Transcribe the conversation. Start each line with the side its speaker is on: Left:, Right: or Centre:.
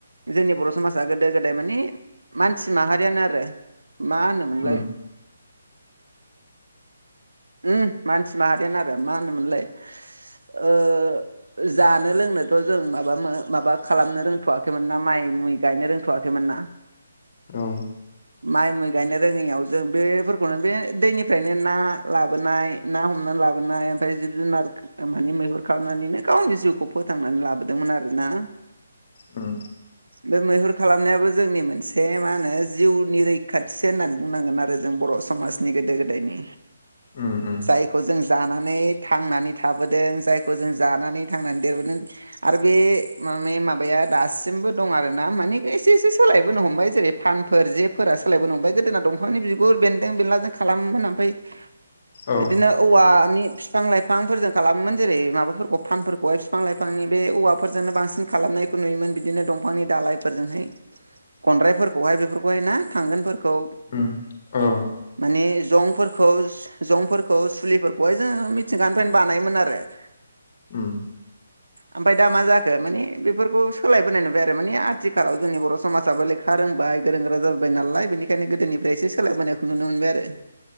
Right: जोंनि बर' समाजा गोदो-गोदाय माने मान सि माहारियानो आरो मा होनोमोनलाय
Left: उम <inaudible>
Right: अम मानसि माहारियानो आरो मा होनोमोनलाय ओ जानो लोंनोथ' जों माबा-माबा खालामनो रोंथ'वाखैमोन ना माइ मुइ गायनो रोंथ'वाखैमोन ना
Left: औ
Right: माइ मुइ गायनो रोङैयाव जों बेफोरखौनो बे दैनिफ्रायनो ना लाबोनाय ना हमना लाबोनाय ओमफ्राय जिब-जुनार माने मैहुर खालामनानैनो गावनि जिउखौ फोथांनानै लाबोदोंमोन आरोना।
Left: अम
Right: बे मैहुर खालामनायाबो जोंनि मोनसे बे मा होनो जिउनि रैखाथिसो होननानै बुंनांगोन आरो जों बर' समाजनि गोदो-गोदायनि।
Left: उम उम
Right: जायखौ जों जानानै थांनानै थाबोदों जायखौ जों जानानै थांनानै देरबोदों आरो बे माने माबाया दासिमबो दं आरोना मानि एसे- एसे सोलायबोनो हमबाय जेरै-फानफोर जेफोरा सोलायबोनो हमबाय गोदोना दंफांनि बिगुर बेन्दों बेनलाजों खालामोमोन ओमफ्राय
Left: औ
Right: बिदिनो औवानि फिफां-लाइफांफोरजों खालामोमोन, जेरै माबाफोरखौ फानफोरखौहाय बिफां-लाइफांनि बे औवाफोरजोंनो बांसिन खालाम नायखौ नुयोमोन। बिदिनो दंफांनि दालाइफोरजोंहाय गनद्रायफोर खौहाय बेफोरखौहाय ना थांगोनफोरखौ
Left: उम औ
Right: माने जंफोरखौ-जंफोरखौ, सुलिफोरखौहाय जोंङो मिथिंगानिफ्रायनो बानायोमोन आरो <unintelligible>
Left: अम
Right: ओमफ्राय दा मा जाखो मानि बेफोरखौ सोलायबोनाय नुबाय आरो मानि आथिखालाव जोंनि बर' समाजाबो लेखा रोंबाय गोरों गोरा जाबाय नालाय बेनिखायनो गोदोनिफ्राय एसे सोलायबोनायखौ नुनो मोनबाय आरो।